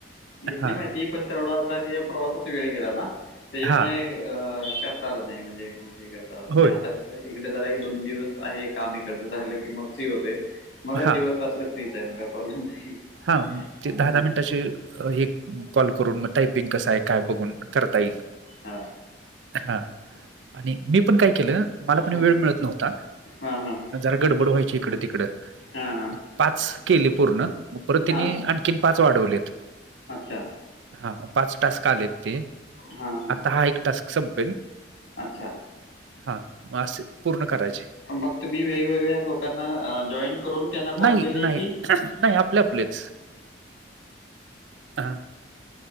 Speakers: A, on the left (about 85°); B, on the right (about 80°).
A: घेतली
B: हा
A: माहिती पण तेवढा आ प्रवासात वेळ गेला ना त्याच्यामुळे
B: हा
A: अ करता आला नाही म्हणजे हे करता
B: होय
A: आता इकडे जरा एक दोन दिवस आहे काम इकडचं झालं की मग फ्री होतोय मग
B: हा
A: दिवस रात्र फ्री त्यात काय प्रॉब्लेम नाही
B: हा दहा
A: हम्म.
B: दहा मिनिटाचे एक कॉल करून मग टायपिंग कसं आहे काय बघून करता येईल
A: हा
B: हा आणि मी पण काय केलं मला पण
A: हां
B: वेळ मिळत नव्हता
A: हां हां
B: जरा गडबड व्हायची इकडे तिकडं
A: हां हां
B: मग पाच केली पूर्ण मग परत त्यांनी
A: हां
B: आणखीन पाच वाढवलेत
A: अच्छा
B: हा मग पाच टास्क आलेत ते
A: हां हां
B: आता हा एक टास्क संपेल
A: अच्छा
B: हा मग असे पूर्ण करायचे
A: मग तुम्ही वेगवेगळ्या लोकांना जॉईन करून त्यांना कॉल
B: नाही
A: केले
B: नाही
A: की
B: नाही आपले आपलेच हा